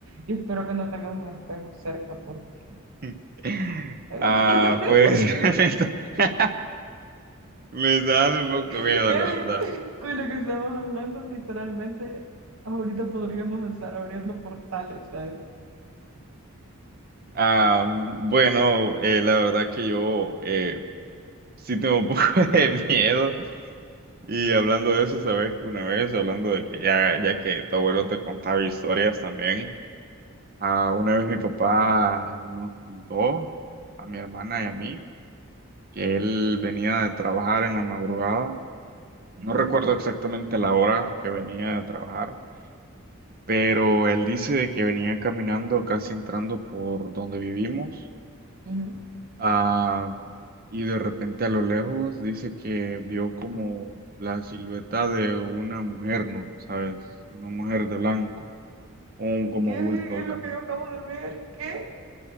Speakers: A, on the right (about 70°); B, on the right (about 40°).
A: Y espero que no tengas un espejo cerca porque...
B: <laughs>
A: <laughs> con
B: Ah,
A: lo
B: pues <laughs> me está, <laughs> me está dando un poco
A: que
B: miedo, la verdad.
A: que- con lo que estamos hablando, literalmente, ahorita podríamos estar abriendo portales, ¿sabes?
B: Ah, bueno, eh, la verdad que yo eh, sí tengo un poco <laughs> de miedo. Y hablando de eso, sabes que una vez, hablando de que ya, ya que tu abuelo te contaba historias también, ah, una vez mi papá nos contó a mi hermana y a mí que él venía de trabajar en la madrugada.
A: Ujú,
B: No recuerdo exactamente la hora que venía de trabajar, pero él dice de que venía caminando casi entrando por donde vivimos
A: ujú,
B: Ah, y de repente a lo lejos dice que vio como la silueta de una mujer, ¿no? ¿Sabes? Una mujer de blanco, un
A: ¿Qué,
B: como
A: qué, qué
B: bulto
A: es
B: blanco.
A: lo que yo acabo de ver? ¿Qué?